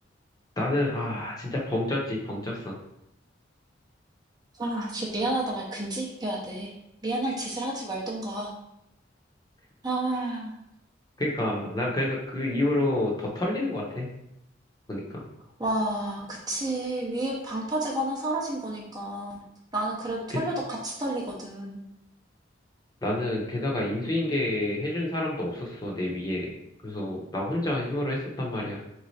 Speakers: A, on the left; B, on the right.
A: 나는 아, 진짜 벙쪘지, 벙쪘어.
B: 아, 진짜 미안하다 말 금지시켜야 돼. 미안할 짓을 하지 말던가. 아,
A: 그러니까 난 그래서 그 이후로 더 털리는 것 같아. 그러니까
B: 와, 그치. 위에 방파제가 하나 사라진 거니까. 나는 그래도 털려도
A: 그-
B: 같이 털리거든.
A: 나는 게다가 인수인계 해준 사람도 없었어, 내 위에. 그래서 나 혼자 힘으로 했었단 말이야.